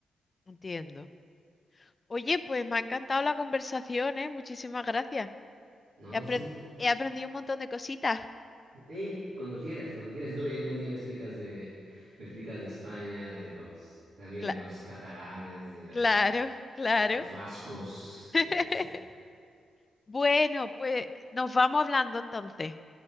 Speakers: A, on the left (about 35°); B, on the right (about 85°).
A: entiendo. Oye, pues me ha encantado la conversación, ¿eh? Muchísimas gracias.
B: No,
A: He apren-
B: sí,
A: he aprendido un montón de cositas.
B: sí, cuando quieras, cuando quieras. Y Tú, y tú un día me explicas de, me explicas de España, de los, también
A: Cla-
B: de los catalanes, de la-
A: claro, claro.
B: los vascos
A: <laughs>
B: y de etcétera.
A: Bueno, pues nos vamos hablando entonces.